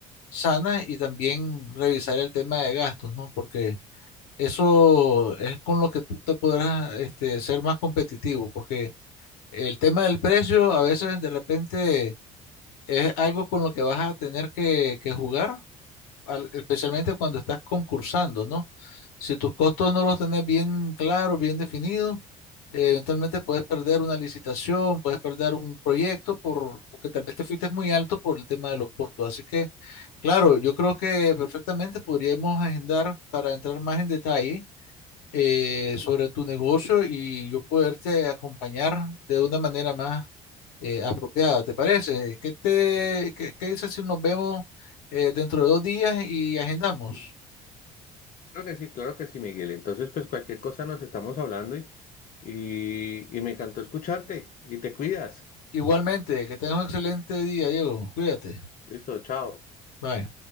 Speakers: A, on the left; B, on the left.
A: sana y también revisar el tema de gastos, ¿no? Porque eso es con lo que tú te podrás este, ser más competitivo, porque el tema del precio a veces de repente es algo con lo que vas a tener que que jugar al- especialmente cuando estás concursando, ¿no? Si tus costos no los tenés bien claros, bien definidos, eh, eventualmente puedes perder una licitación, puedes perder un proyecto por, porque tal vez te fuiste muy alto por el tema de los costos. Así que, claro, yo creo que perfectamente podríamos agendar para entrar más en detalle eh, sobre tu negocio y yo poderte acompañar de una manera más eh, apropiada, ¿te parece? ¿Qué te, qué, qué dices si nos vemos eh, dentro de dos días y agendamos?
B: Claro que sí, claro que sí, Miguel. Entonces, pues cualquier cosa nos estamos hablando y, y, y me encantó escucharte y te cuidas.
A: Igualmente, que tengas un excelente día, Diego. Cuídate.
B: Listo, chao.
A: Bye.